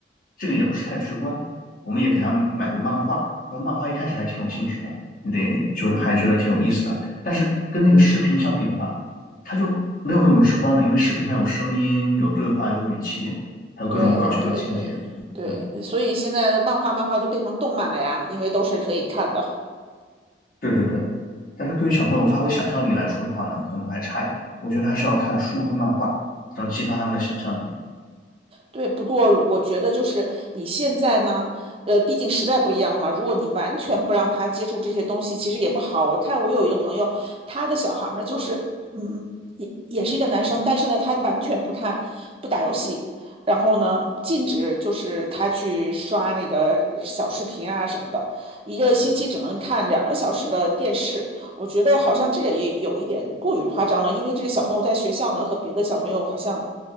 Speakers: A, on the left; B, on the right.
A: 这个也不是太直观，我们也给他买过漫画，然后漫画一开始还挺有兴趣的，你得就是还觉得挺有意思的，但是跟那个视频相比的话，它就没有那么直观了，因为视频它有声音、有对话、有语气，还有各种搞笑的情节。
B: 对对对对，
A: 嗯，
B: 所以现在漫画漫画就变成动漫了呀，因为都是可以看的。
A: 对对对。但是对于小朋友发挥想象力来说的话呢，可能还差一点。我觉得还是要看书和漫画，才能激发他们的想象力。
B: 对，不过我觉得就是你现在呢，呃，毕竟时代不一样了嘛。如果你完全不让他接触这些东西，其实也不好。我看我有一个朋友，他的小孩儿呢，就是嗯，也也是一个男生，但是呢，他完全不看不打游戏，然后呢，禁止就是他去刷那个小视频啊什么的，一个星期只能看两个小时的电视。我觉得好像这个也有一点过于夸张了，因为这个小朋友在学校呢和别的小朋友好像